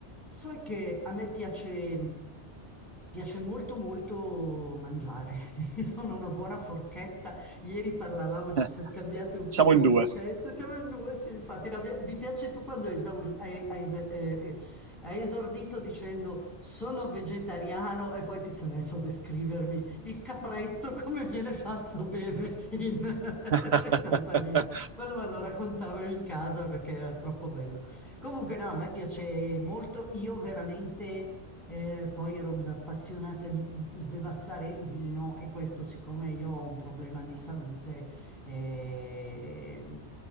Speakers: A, in the centre; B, on the right.
A: Sai che a me piace, piace molto molto mangiare, <laughs> sono una buona forchetta. Ieri parlavamo, ci
B: <laughs>
A: siamo scambiati un
B: Siamo
A: po' di
B: in
A: ricette,
B: due.
A: siamo in due, sì, infatti. No, mi mi piace tu quando esaur- hai, hai es- eh, eh, hai esordito dicendo sono vegetariano e poi ti sei messo a descrivermi il capretto, <laughs> come viene fatto bene in, <laughs>
B: <laughs>
A: in Albania. Quello me lo raccontavo in casa perché era troppo bello. Comunque no, a me piace molto, io veramente eh, poi ero appassionata di sbevazzare il vino e questo siccome io ho un problema di salute eh,